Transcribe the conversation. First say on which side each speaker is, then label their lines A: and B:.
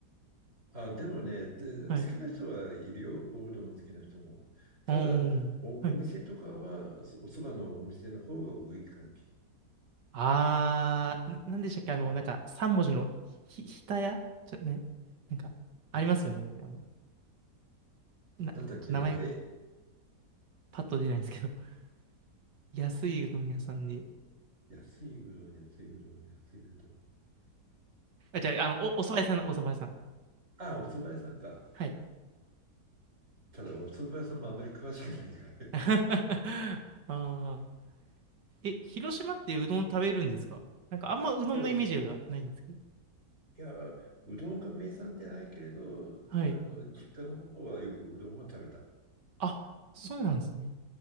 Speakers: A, on the right; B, on the right.
A: あ、でもね、で好きな人はいるよ。
B: た。はい。
A: おうどん好きな人も。ただ、
B: うーん。
A: お、
B: はい。
A: お店とかは、そおそばのお店の方が多い感
B: あー、な、なんでしたっけあの、なんか、三文字のひ、ひたやちょ、ね、なんか、ありますよね。
A: じ。ん
B: あの、な、
A: なんだっけな、
B: 名前が
A: え、
B: パッと出ないんですけど。<laughs> 安いうどん屋さんで。
A: 安いうどん、安いうどん、安いうどん。
B: あ、じゃあ、あの、お、お蕎麦屋さん、お蕎麦屋さん。
A: あ、お蕎麦屋さんか。
B: はい。
A: ただ、お蕎麦屋さんもあんまり詳しくないから。<laughs> い
B: <laughs> あー。え、広島ってうどん食べるんですかなんか、あんまうどんのイメージがないんですけど。
A: や、ういや、うどんが名産じゃないけれど、
B: はい。
A: あの、実家の方はよくうどんは食べた。
B: あ、そうなんですね。